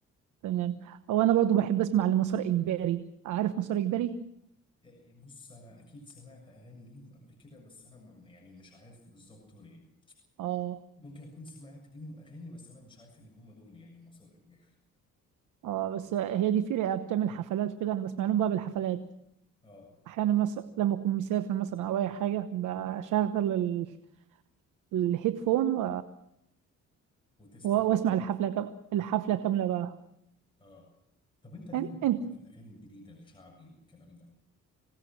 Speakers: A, on the right; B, on the left.
A: تمام او انا برضو بحب اسمع لمسار اجباري عارف مسار اجباري
B: إيه، بص انا اكيد سمعت اغاني ليهم قبل كده بس انا ما- يعني مش عارف بالظبط هو يعني
A: اه
B: ممكن اكون سمعت ليهم اغاني بس انا مش عارف ان هم دول يعني مصر اجباري
A: اه بس هي دي فرقه بتعمل حفلات وكده انا بسمع لهم بقى بالحفلات
B: اه
A: احيانا مثلا لما اكون مسافر مثلا او اي حاجه بشغل ال- الهيدفون و...
B: وتسمع
A: و- واسمع الحفله
B: لهم
A: كم... الحفله كامله بقى
B: اه طب انت ايه
A: انت,
B: رايك
A: انت
B: بقى في الاغاني الجديده الشعبي والكلام ده